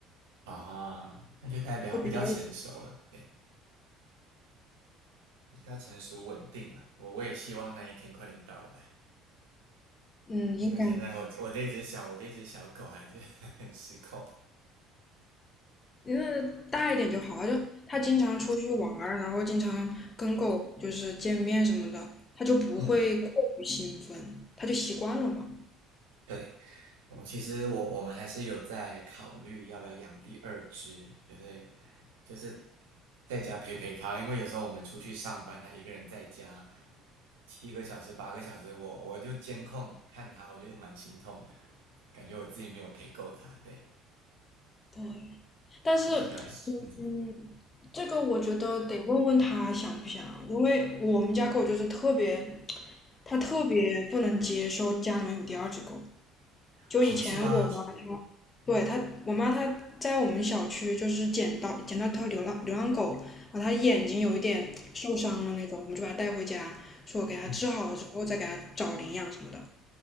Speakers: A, on the right (about 85°); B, on the left (about 35°).
A: 啊，那就代表比较成熟了，
B: 会比较有
A: 对，比较成熟稳定了。我我也希望那一天快点到来。
B: 嗯，
A: 因为现在我我这只小我这只小狗还是
B: 应该
A: <laughs> 很失控。
B: 因为大一点就好了，就他经常出去玩儿，然后经常跟狗就是见面什么的，他就不会过于兴奋，
A: 嗯，
B: 他就习惯了嘛。
A: 对，我其实我我们还是有在考虑要不要养第二只，就是就是在家陪陪它，因为有时候我们出去上班，它一个人在家七个小时八个小时，我我就监控看它，我觉得蛮心痛的，感觉我自己没有陪够它。对，
B: 对，但是，
A: 在想要嗯
B: 嗯，这个我觉得得问问他想不想，因为我们家狗就是特别，它特别不能接受家里面有第二只狗。就以前我妈
A: 哦是吗？
B: 对，他，我妈她在我们小区就是捡到捡到条流浪流浪狗，然后它眼睛有一点受伤了那种，我们就把它带回家，说给它治好了之后再给它找领养什么的。
A: 嗯